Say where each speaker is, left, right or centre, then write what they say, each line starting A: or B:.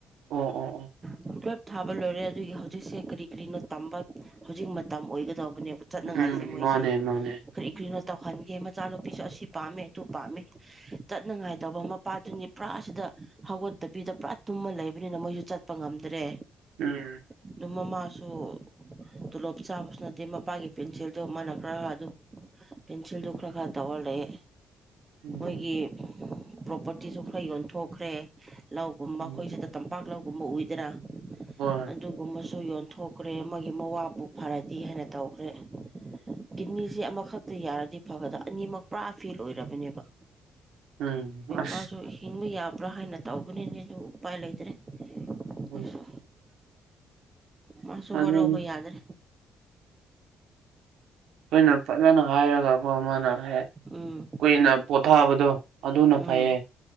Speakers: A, on the right; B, on the right.
A: ꯑꯣ ꯑꯣ ꯑꯣ
B: ꯇꯨꯋꯦꯜꯐ ꯊꯥꯕ ꯂꯣꯏꯔꯦ ꯑꯗꯨꯒꯤ ꯍꯧꯖꯤꯛꯁꯦ ꯀꯔꯤ ꯀꯔꯤꯅꯣ ꯇꯝꯕ ꯍꯧꯖꯤꯛ ꯃꯇꯝ ꯑꯣꯏꯒꯗ ꯇꯧꯕꯅꯦꯕ ꯆꯠꯅꯉꯥꯏꯁꯦ
A: ꯎꯝ
B: ꯃꯣꯏꯁꯦ
A: ꯃꯥꯅꯦ ꯃꯥꯅꯦ
B: ꯀꯔꯤ ꯀꯔꯤꯅꯣ ꯇꯧꯍꯟꯒꯦ ꯃꯆꯥꯅꯨꯄꯤꯁꯨ ꯑꯁꯤ ꯄꯥꯝꯃꯦ ꯑꯗꯨ ꯄꯥꯝꯃꯦ ꯆꯠꯅꯉꯥꯏꯗꯕ ꯃꯄꯥꯗꯨꯅꯤ ꯄꯨꯔꯥꯁꯤꯗ ꯍꯧꯒꯠꯇꯕꯤꯗ ꯄꯨꯔꯥ ꯇꯨꯝꯃ ꯂꯩꯕꯅꯤꯅ ꯃꯣꯏꯁꯨ ꯆꯠꯄ ꯉꯝꯗ꯭ꯔꯦ
A: ꯎꯝ
B: ꯑꯗꯨ ꯃꯃꯥꯁꯨ ꯇꯣꯂꯣꯞ ꯆꯥꯕꯁꯨ ꯅꯠꯇꯦ ꯃꯄꯥꯒꯤ ꯄꯦꯟꯁꯤꯜꯗꯣ ꯃꯥꯟꯅꯈ꯭ꯔꯒ ꯑꯗꯨ ꯄꯦꯟꯁꯤꯜꯗꯨ ꯈꯔ ꯈꯔ ꯇꯧꯔ ꯂꯩ
A: ꯎꯝ
B: ꯃꯣꯏꯒꯤ ꯄ꯭ꯔꯣꯄꯔꯇꯤꯁꯨ ꯈꯔ ꯌꯣꯟꯊꯣꯛꯈ꯭ꯔꯦ ꯂꯧꯒꯨꯝꯕ
A: ꯎꯝ
B: ꯑꯩꯈꯣꯏ ꯁꯤꯗ ꯇꯝꯄꯥꯛ ꯂꯧꯒꯨꯝꯕ ꯎꯏꯗꯅ
A: ꯍꯣꯏ
B: ꯑꯗꯨꯒ ꯑꯃꯁꯨ ꯌꯣꯟꯊꯣꯛꯈ꯭ꯔꯦ ꯃꯣꯏꯒꯤ ꯃꯋꯥꯕꯨ ꯐꯔꯗꯤ ꯍꯥꯏꯅ ꯇꯧꯈ꯭ꯔꯦ ꯀꯤꯠꯅꯤꯁꯦ ꯑꯃꯈꯛꯇ ꯌꯥꯔꯗꯤ ꯐꯒꯗ ꯑꯅꯤꯃꯛ ꯄꯨꯔꯥ ꯐꯦꯜ ꯑꯣꯏꯔꯕꯅꯦꯕ
A: ꯎꯝ ꯑꯁ
B: ꯃꯥꯁꯨ ꯍꯤꯡꯕ ꯌꯥꯕ꯭ꯔꯥ ꯍꯥꯏꯅ ꯇꯧꯕꯅꯤꯅꯦ ꯑꯗꯨꯕꯨ ꯎꯄꯥꯏ ꯂꯩꯇ꯭ꯔꯦ
A: ꯎꯝ
B: ꯑꯩꯁꯨ ꯃꯥꯁꯨ
A: ꯑ ꯎꯝ
B: ꯋꯥꯔꯧꯕ ꯌꯥꯗ꯭ꯔꯦ
A: ꯑꯩꯈꯣꯏꯅ ꯐꯖꯅ ꯍꯥꯏꯔꯒꯀꯣ ꯃꯥꯅ
B: ꯎꯝ
A: ꯀꯨꯏꯅ ꯄꯣꯊꯥꯕꯗꯣ ꯑꯗꯨꯅ
B: ꯎꯝ
A: ꯐꯩꯌꯦ